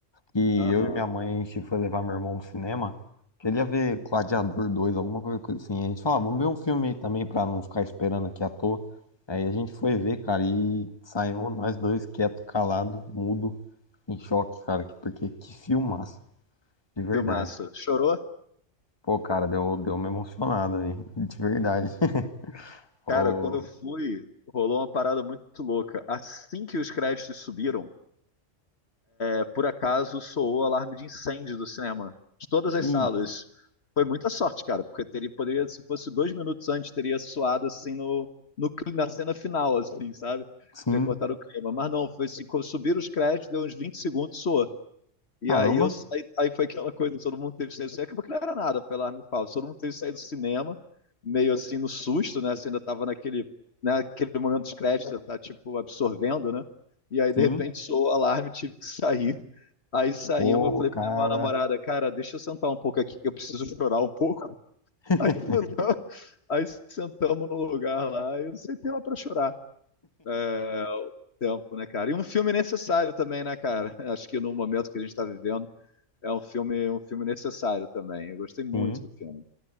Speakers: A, on the left (about 20°); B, on the left (about 55°).
A: que
B: Aham,
A: eu e minha mãe, a gente foi levar meu irmão pro cinema. Queria ver Gladiador dois alguma coisa assim. A gente falou, ah, vamos ver um filme aí também pra não ficar esperando aqui à toa. Aí a gente foi ver, cara, e saímos nós dois quieto, calado, mudo, em choque, cara, que- porque que filmaço, de verdade.
B: filmaço. Chorou?
A: Pô, cara, deu, deu uma emocionada aí, de verdade. <laughs> Ô,
B: Cara, quando eu fui, rolou uma parada muito louca. Assim que os créditos subiram, é, por acaso soou o alarme de incêndio do cinema, de todas
A: e
B: as salas. Foi muita sorte, cara, porque teria, poderia, se fosse dois minutos antes, teria soado assim no, no, cli- na cena final, assim, sabe?
A: sim,
B: Teria cortado o clima. Mas não, foi assim, co- subiram os créditos, deu uns 20 segundos, soou. E
A: caramba,
B: aí eu saí, aí foi aquela coisa, que todo mundo teve saído do cinema, acabou que não era nada, pela arma e fala, todo mundo teve que sair do cinema, meio assim no susto, né? Você ainda tava naquele, naquele momento dos créditos você tá tipo absorvendo, né? E aí
A: sim,
B: de repente soou o alarme, tive que sair. Aí saímos,
A: pô,
B: eu falei
A: cara,
B: pra minha namorada, cara, deixa eu sentar um pouco aqui que eu preciso chorar um pouco.
A: <laughs>
B: <laughs> Aí sentamos, aí sentamos no lugar lá e eu sentei lá pra chorar. É, tempo, né, cara? E um filme necessário também, né, cara? <laughs> Acho que no momento que a gente tá vivendo é um filme, um filme necessário também. Eu gostei muito
A: sim.
B: do filme.